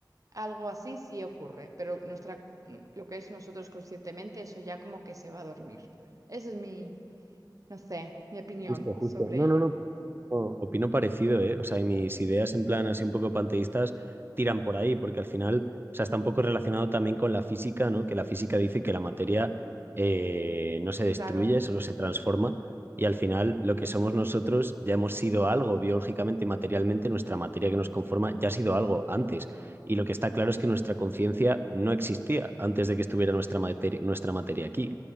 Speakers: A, on the right; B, on the right.
A: algo así sí ocurre, pero nuestra, mm, lo que es nosotros conscientemente, eso ya como que se va a dormir. Esa es mi, no sé, mi opinión
B: Justo, justo.
A: sobre
B: No,
A: ello.
B: no, no. o- Opino parecido, ¿eh? O sea, y mis ideas en plan así un poco panteístas tiran por ahí, porque al final, o sea, está un poco relacionado también con la física, ¿no? Que la física dice que la materia eh, no se destruye,
A: Claro,
B: solo se transforma, y al final lo que somos nosotros ya hemos sido algo biológicamente, materialmente, nuestra materia que nos conforma ya ha sido algo antes. Y lo que está claro es que nuestra conciencia no existía antes de que estuviera nuestra materia, nuestra materia aquí